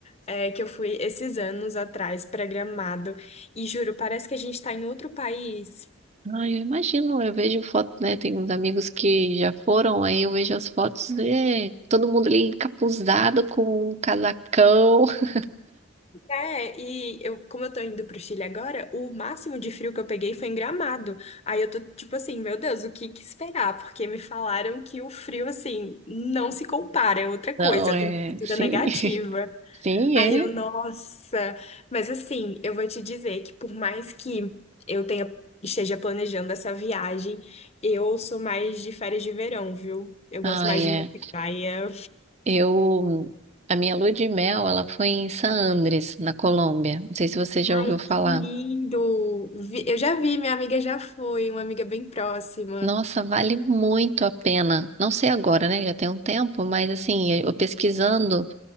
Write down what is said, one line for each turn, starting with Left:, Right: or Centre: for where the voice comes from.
Left: é, que eu fui esses anos atrás para Gramado. E juro, parece que a gente está em outro país.
Right: Ai, eu imagino, eu vejo foto, né? Tem uns amigos que já foram, aí eu vejo as fotos, é, todo mundo ali encapuzado com um casacão. <laughs>
Left: É, e eu, como eu tô indo pro Chile agora, o máximo de frio que eu peguei foi em Gramado. Aí eu tô tipo assim, meu Deus, o que que esperar? Porque me falaram que o frio, assim, não se compara, é outra coisa,
Right: Não,
Left: a
Right: é,
Left: temperatura
Right: sim,
Left: negativa.
Right: <laughs> sim,
Left: Aí
Right: é.
Left: eu, nossa. Mas assim, eu vou te dizer que por mais que eu tenha, esteja planejando essa viagem, eu sou mais de férias de verão, viu? Eu gosto
Right: Ai,
Left: mais de
Right: é.
Left: uma praia.
Right: Eu, a minha lua de mel, ela foi em San Andrés, na Colômbia. Não sei se você já
Left: Ai,
Right: ouviu falar.
Left: que lindo! Vi- Eu já vi, minha amiga já foi, uma amiga bem próxima.
Right: Nossa, vale muito a pena. Não sei agora, né? Já tem um tempo, mas assim, eu pesquisando.